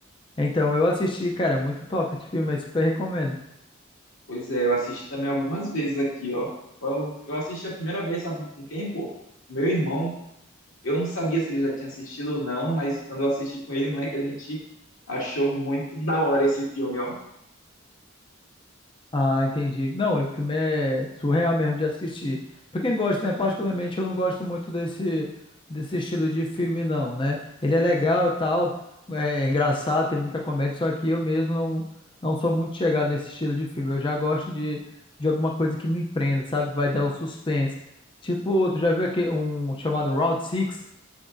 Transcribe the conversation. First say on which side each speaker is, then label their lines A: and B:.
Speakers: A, on the left (about 25°); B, on the left (about 85°).
A: Então, eu assisti, cara, muito top esse filme aí, super recomendo.
B: Pois é, eu assisti também algumas vezes aqui, ó. Eu, eu assisti a primeira vez, sabe com quem, pô? Meu irmão. Eu não sabia se ele já tinha assistido ou não, mas quando eu assisti com ele, moleque, a gente achou muito da hora esse filme, ó.
A: Ah, entendi. Não, o filme é surreal mesmo de assistir. Pra quem gosta, né? Particularmente eu não gosto muito desse, desse estilo de filme, não, né? Ele é legal e tal, é é engraçado, tem muita comédia, só que eu mesmo não, não sou muito chegado nesse estilo de filme. Eu já gosto de, de alguma coisa que me prenda, sabe? Vai dar um suspense. Tipo, tu já viu aqui um chamado Round Six?